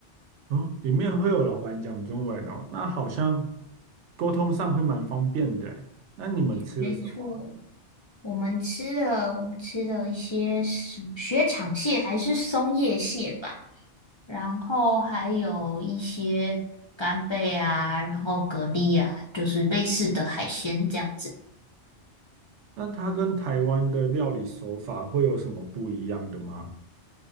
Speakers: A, on the right; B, on the left.
A: 哦，里面会有老板讲中文哦，那好像沟通上会蛮方便的诶。那你们吃了什么？
B: 没错。我们吃了，我们吃了一些什么雪场蟹还是松叶蟹吧，然后还有一些干贝啊，然后蛤蜊啊，就是类似的海鲜这样子。
A: 那它跟台湾的料理手法会有什么不一样的吗？